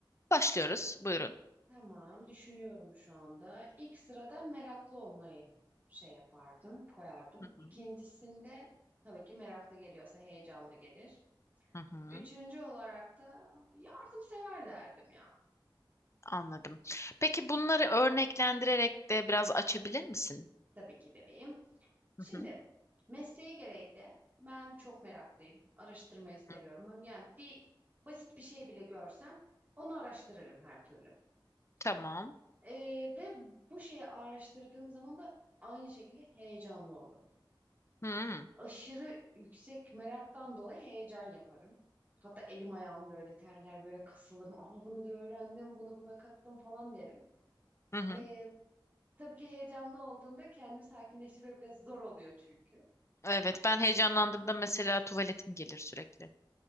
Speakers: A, on the left; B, on the right.
A: Başlıyoruz. Buyurun.
B: Tamam. Düşünüyorum şu anda. İlk sırada meraklı olmayı şey yapardım, koyardım.
A: Hı hı,
B: İkincisinde tabii ki meraklı geliyorsa heyecanlı gelir.
A: hı hı,
B: Üçüncü olarak da yardımsever derdim ya.
A: anladım. Peki bunları örneklendirerek de biraz açabilir misin?
B: Tabii ki bebeğim. Şimdi
A: Hı hı,
B: mesleği gereği de ben çok meraklıyım. Araştırmayı seviyorum.
A: hı.
B: Yani bir basit bir şey bile görsem onu araştırırım her türlü.
A: Tamam.
B: Ee, ve bu şeyi araştırdığım zaman da aynı şekilde heyecanlı olurum.
A: Hı hı,
B: Aşırı yüksek meraktan dolayı heyecan yaparım. Hatta elim ayağım böyle terler, böyle kasılırım. Aa bunu da öğrendim, bunu buna kattım falan derim.
A: hı hı.
B: Ee, tabii ki heyecanlı olduğumda kendimi sakinleştirmek biraz zor oluyor çünkü.
A: Evet, ben heyecanlandığımda mesela tuvaletim gelir sürekli.